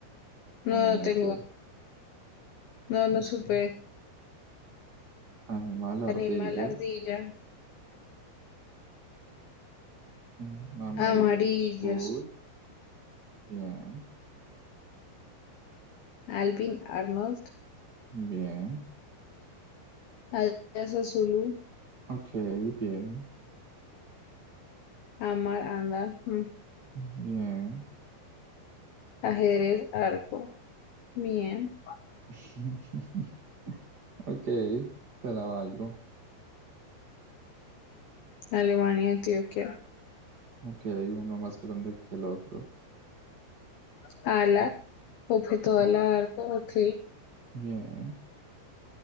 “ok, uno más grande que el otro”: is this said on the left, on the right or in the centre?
Right